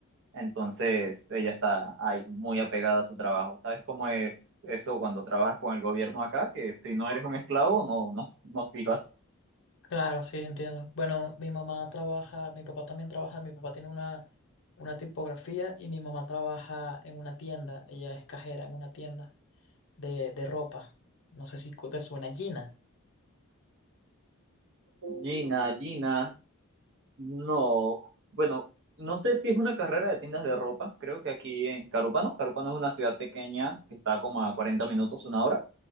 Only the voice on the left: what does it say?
Claro, sí, entiendo. Bueno, mi mamá trabaja, mi papá también trabaja, mi papá tiene una, una tipografía y mi mamá trabaja en una tienda, ella es cajera en una tienda de, de ropa. No sé si cu- te suena Gina.